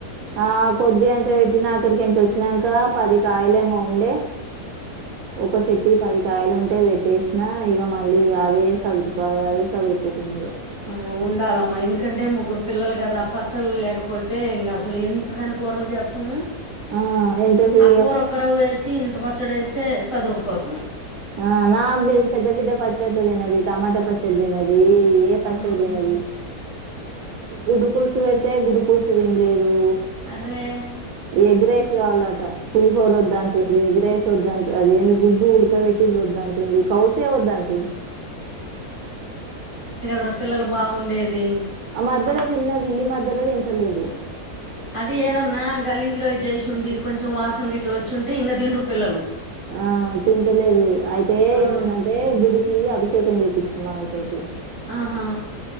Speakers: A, on the right; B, on the left.
A: ఆ కొద్ది గంతా పెట్టినా అక్కడి కెంచి వచ్చినంక పది కాయలేమో ఉండే ఒక చెట్టి పది కాయలు ఉంటే పెట్టేసిన ఇక మళ్ళీ ఇంగ అదే సదుర్తా అదే సదురుకుంటు కూర్చున్న ఇక
B: అమ్ ఉండాలమ్మా ఎందుకంటే ముగ్గురు పిల్లలు కదా పచ్చళ్ళ లేకపోతే ఇంకా అసలు ఎంత కనీ కూరలు జేస్తం
A: ఆ ఎంతసి
B: ఆ కూరొక్కర వేసి ఇంత పచ్చడి వేస్తే సదురుకపోతాం
A: ఆ నా బి- పెద్ద బిడ్డ పచ్చళ్ళు తినది టమాటా పచ్చడ్ తినా దీ ఏ పచ్చడ్
B: ఆహా
A: తినది గుడ్డు పుల్సు వెడతే గుడ్ పులుసు తిన్లేదు
B: అర్రే
A: ఎగ్ రైస్ కావాలంట పులిహోర వద్దంటుంది ఎగ్ రైస్ వద్దంటు అదేంది గుడ్డు ఉడకబట్టి వద్దంటుంది కౌసే వద్దంటుంది
B: ఇడ పిల్లలు బాగుండేది
A: ఆ మధ్యల తిన్నది ఈ మధ్యలే తింటలేదు
B: అదే ఏదన్నా గలీజ్గ చేసి ఉండి కొంచెం వాసన గిట్లు వచ్చింటే ఇంకా తినరు పిల్లలు
A: ఆ తింటలేదు అయితే
B: ఆ
A: ఏముదంటే గుడికి అభిష్ షేకం చెయిపిచిన మావయ్య తోటి
B: ఆహా